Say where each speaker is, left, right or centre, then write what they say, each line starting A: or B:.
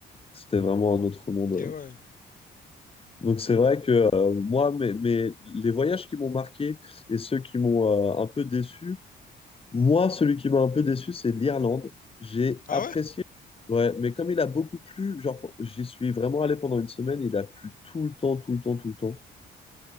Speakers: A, on the left (about 30°); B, on the left (about 45°).
A: C'était vraiment un autre monde.
B: Et
A: euh.
B: ouais.
A: Donc c'est
B: Et-
A: vrai que euh, moi, mais, mais les voyages qui m'ont marqué et ceux qui m'ont euh, un peu déçu, moi, celui qui m'a un peu déçu, c'est l'Irlande. J'ai
B: Ah
A: apprécié.
B: ouais?
A: Ouais, mais comme il a beaucoup plu, genre, j'y suis vraiment allé pendant une semaine, il a plu tout le temps, tout le temps, tout le temps.